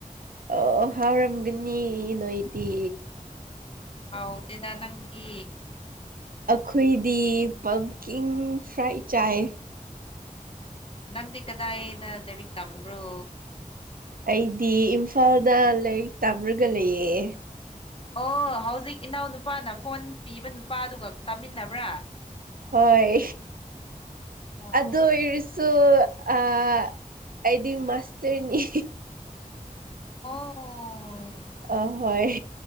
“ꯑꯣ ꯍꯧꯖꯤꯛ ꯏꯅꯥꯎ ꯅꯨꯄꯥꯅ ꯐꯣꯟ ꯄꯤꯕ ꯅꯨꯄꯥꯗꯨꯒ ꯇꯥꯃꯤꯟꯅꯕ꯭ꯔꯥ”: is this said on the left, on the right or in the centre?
Left